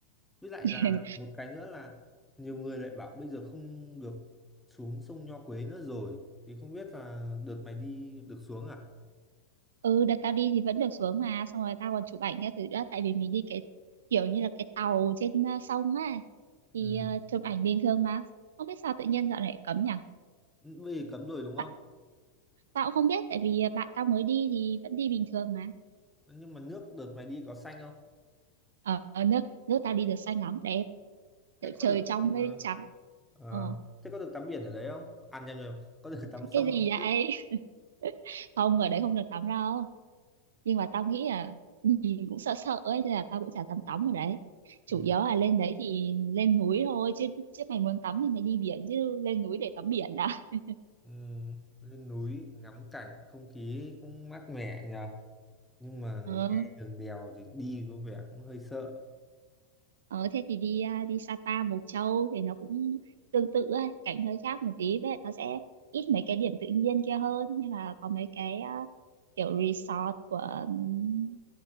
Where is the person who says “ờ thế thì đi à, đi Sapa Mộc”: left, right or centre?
Right